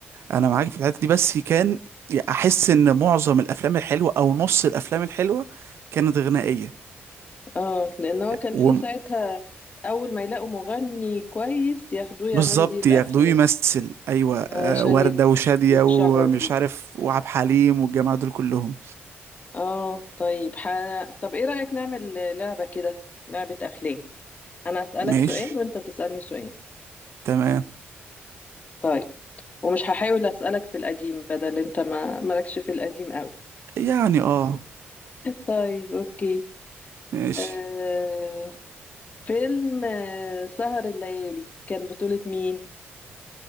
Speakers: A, on the right; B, on the left.
A: أنا معاك في الحتة دي بس كان أحس إن معظم الأفلام الحلوة أو نص الأفلام الحلوة كانت غنائية
B: اه لان هو كان
A: و-
B: فيه ساعتها اول ما يلاقوا مغني كويس ياخدوه يعملوا
A: بالظبط
B: بيه الافلام
A: ياخدوه يمثل أيوة آه
B: علشان
A: وردة
B: يت-
A: وشادية
B: يتشهر
A: ومش
B: بيه
A: عارف وعبد الحليم والجماعة دول كلهم
B: اه طيب ح... طب ايه رأيك نعمل لعبة كده لعبة افلام انا اسألك
A: ماشي
B: سؤال وانت تسألني سؤال
A: تمام
B: طيب ومش هحاول أسألك في القديم بدل انت ما مالكش في القديم قوي
A: يعني اه
B: طيب اوكي
A: ماشي
B: آه فيلم آه سهر الليالي كان بطولة مين